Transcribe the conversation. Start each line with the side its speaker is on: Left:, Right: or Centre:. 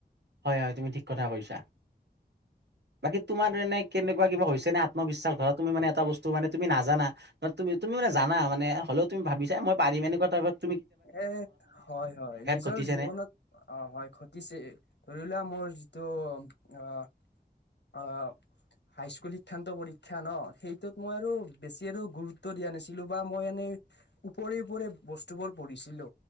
Right: হয়, হয় তুমি ঠিক কথা কৈছা। বাকী তোমাৰ মানে কেনেকুৱা কিবা হৈছে নে আত্মবিশ্বাস ধৰা তুমি মানে এটা বস্তু মানে তুমি নাজানা তু-তুমি তুলি জানা মানে হ'লেও তুমি ভাবিছা এ মই পাৰিম এনেকুৱা ধৰণৰ
Left: এ হয়, হয় নিজৰ
Right: ঘটিছে
Left: জীৱনত
Right: নে
Left: অ' হয় ঘটিছে। ধৰি লোৱা মোৰ যিটো আহ আহ হাইস্কুল শিক্ষান্ত পৰীক্ষা ন সেইটোত মই আৰু বেছি আৰু গুৰুত্ব দিয়া নাছিলো বা মই এনে ওপৰে ওপৰে বস্তুবোৰ পঢ়িছিলো